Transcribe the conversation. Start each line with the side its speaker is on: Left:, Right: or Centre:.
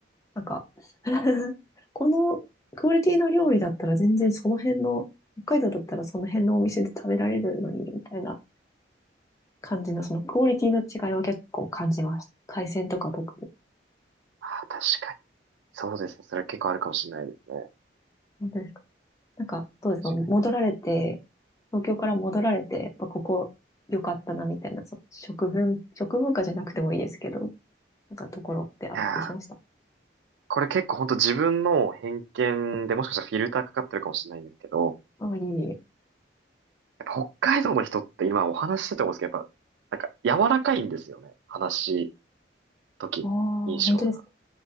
Left: なんか <laughs> このクオリティの料理だったら全然その辺の、北海道だったらその辺のお店で食べられるのに、みたいな感じの、そのクオリティの違いは結構感じました。海鮮とか特に。
Right: あー、確かに。そうですね。それは結構あるかもしれないですね。確
Left: 本当ですかなんか、どうですか戻られて、
Right: か
Left: 東京から戻られて、やっぱここ良かったな、みたいな、その食文、食文化じゃなくてもいいですけど、なんかところってあったりしました
Right: に。いやー、これ結構本当自分の偏見でもしかしたらフィルターかかってるかもしれないんですけど、
Left: あ、いえいえ。
Right: やっぱ北海道の人って今お話ししてて思うんですけど、やっぱ、なんか柔らかいんですよね。話し時に印象が。
Left: ああ、本当ですか